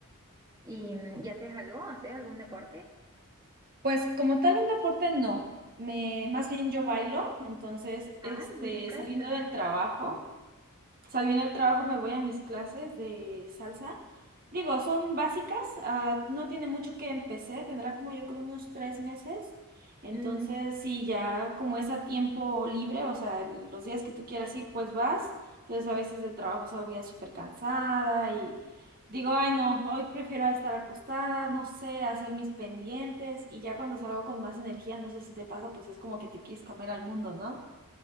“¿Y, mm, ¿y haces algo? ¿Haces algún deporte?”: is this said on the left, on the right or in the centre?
Right